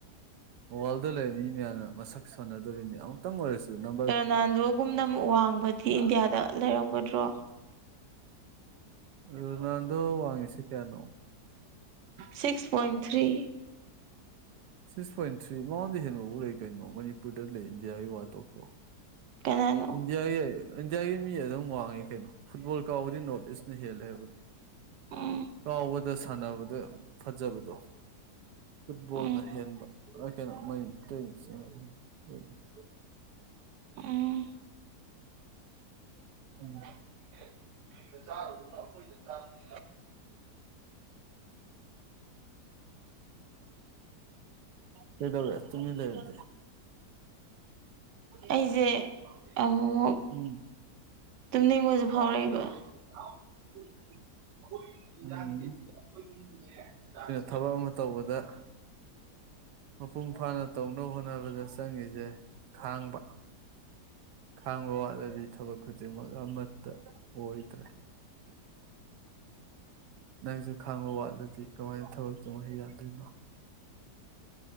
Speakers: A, on the right; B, on the right.
A: ꯋꯥꯔꯜꯗ ꯂꯩꯕ ꯃꯤ ꯃꯌꯥꯝꯅ ꯃꯁꯛ ꯁꯣꯟꯅꯗꯨꯔꯤꯅꯤ ꯑꯃꯨꯛꯇꯪ ꯑꯣꯏꯔꯁꯨ ꯅꯝꯕꯔ
B: ꯅꯥꯟꯗꯣ ꯒꯨꯝꯅ ꯑꯃꯨꯛ ꯋꯥꯡꯕꯗꯤ ꯏꯟꯗꯤꯌꯥꯗ ꯂꯩꯔꯝꯒꯗ꯭ꯔꯣ
A: ꯔꯣꯅꯥꯟꯗꫭ ꯋꯥꯡꯉꯤꯁꯦ ꯀꯌꯥꯅꯣ
B: six point three
A: six point three ꯃꯥꯉꯣꯟꯗꯒꯤ ꯍꯦꯟꯕꯐꯥꯎ ꯂꯩ ꯀꯩꯅꯣ ꯃꯅꯤꯄꯨꯔꯗ ꯂꯩ ꯏꯟꯗꯤꯌꯥꯒꯤ ꯋꯥ ꯇꯣꯛꯈ꯭ꯔꯣ
B: ꯀꯅꯥꯅꯣ
A: ꯏꯟꯗꯤꯌꯥꯒꯤ ꯏꯟꯗꯤꯌꯥꯒꯤ ꯃꯤ ꯑꯗꯨꯝ ꯋꯥꯡꯉꯤ ꯀꯩꯅꯣ ꯐꯨꯠꯕꯣꯜ ꯀꯥꯎꯕꯗꯤ ꯅꯣꯔꯠ ꯏꯁꯅ ꯍꯦꯜꯂꯦ ꯍꯥꯏꯕꯅꯤ
B: ꯎꯝ
A: ꯀꯥꯎꯕꯗ ꯁꯥꯟꯅꯕꯗ ꯐꯖꯕꯗꯣ ꯐꯨꯠꯕꯣꯜꯅ
B: ꯎꯝ
A: ꯍꯦꯟꯕ ꯑꯥ ꯀꯩꯅꯣ ꯃꯩꯇꯩ ꯃꯆꯥ <unintelligible>
B: ꯎꯝ
A: ꯎꯝ
B: <unintelligible>
A: ꯀꯩꯗꯧꯔꯦ ꯇꯨꯃꯤꯟ ꯂꯩꯔꯗꯤ
B: ꯑꯩꯖꯦ ꯑꯃꯨꯃꯨꯛ
A: ꯎꯝ
B: ꯇꯨꯝꯅꯤꯡꯕꯁꯨ ꯐꯥꯎꯔꯛꯏꯕ ꯑꯈꫭꯏ ꯌꯨꯝꯒꯤ ꯏꯟꯖꯥꯡꯖꯦ
A: ꯎꯝ ꯑꯩꯈꯣꯏꯅ
B: ꯑꯩꯈꫭꯏ ꯌꯨꯝꯒꯤꯅꯦ ꯆꯥꯛꯁꯦ
A: ꯊꯕꯛ ꯑꯃ ꯇꯧꯕꯗ ꯃꯄꯨꯡ ꯐꯥꯅ ꯇꯧꯅꯕ ꯍꯣꯠꯅꯕꯗ ꯆꯪꯉꯤꯁꯦ ꯈꯥꯡꯕ ꯈꯥꯡꯕ ꯋꯥꯠꯂꯗꯤ ꯊꯕꯛ ꯈꯨꯗꯤꯡꯃꯛ ꯑꯃꯠꯇ ꯑꯣꯏꯗ꯭ꯔꯦ ꯅꯪꯁꯨ ꯈꯪꯡꯕ ꯋꯥꯠꯂꯗꯤ ꯀꯃꯥꯏꯅ ꯊꯕꯛ ꯇꯧꯕ ꯌꯥꯗꯣꯏꯅꯣ